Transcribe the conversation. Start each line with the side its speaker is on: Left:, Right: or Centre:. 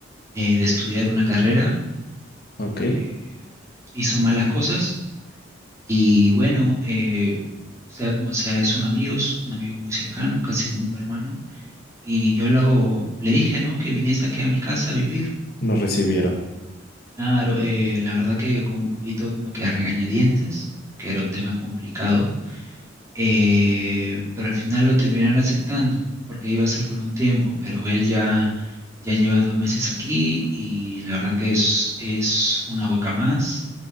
Right: eh, de estudiar una carrera,
Left: ok,
Right: eh, hizo malas cosas y bueno, eh, sea como sea, es un amigo, es un amigo muy cercano, casi como un hermano. Y yo lo hago, le dije, ¿no? Que viniese aquí a mi casa a vivir.
Left: nos recibieron.
Right: Claro, eh, la verdad que con un poquito como que a regañadientes, porque era un tema complicado. eh, pero al final lo terminaron aceptando, porque iba a ser por un tiempo, pero él ya, ya lleva dos meses aquí y la verdad que es, es una boca más